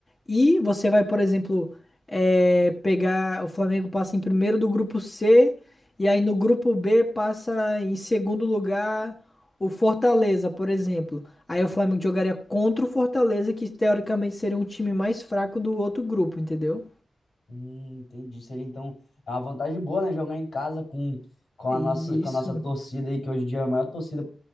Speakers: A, on the left; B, on the left.
A: e você vai, por exemplo, eh, pegar, o Flamengo passa em primeiro do grupo C e aí no grupo B passa em segundo lugar o Fortaleza, por exemplo. Aí o Flamengo jogaria contra o Fortaleza, que teoricamente seria um time mais fraco do outro grupo, entendeu?
B: Hum, entendi. Seria então é uma vantagem boa, né? Jogar em casa com, com
A: E
B: a nossa, com
A: isso,
B: a nossa torcida aí, que hoje em dia é a maior torcida